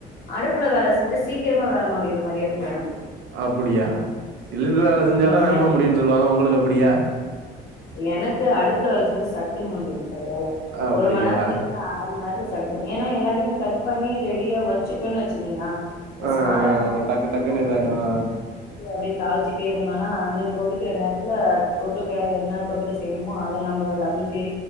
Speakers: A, on the left; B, on the right.
A: அடுப்புல வேல செஞ்ச சீக்கிரமா வேல முடியற மாரியே இருக்கும் எனக்கு
B: அப்டியா டெய்லி வேல செஞ்சாதா
A: ம்
B: வேகமா
A: ஏன்னா
B: முடியும்ன்ன சொல்லுவாங்களுக்கு அ உங்களுக்கு அப்டிய ம்
A: எனக்கு அடுப்புல வேல செஞ்ச சட்டுனு முடிஞ்சுரு வேல
B: அப்படிங்களா
A: ஒரு மண் நேர அர மண் நேரத்துல சட் சட்டுனு ஏன்னா எல்லாத்தையமே கட் பண்ணி ரெடியா வச்சுட்டோன்னனு வச்சக்கங்களா இப்ப
B: ஆ
A: சாதம் வெந்தாங்க
B: டக்கு டக்குன்னு இதாயிடும்
A: அப்டியே தாளிச்சுட்டே இருந்தனா அந்த கொதிக்கற நேரத் இல்ல போட்டோ கேயன் என்ன தொட்டுக்க செய்யணுமோ அத நம்ப அரிஞ்சு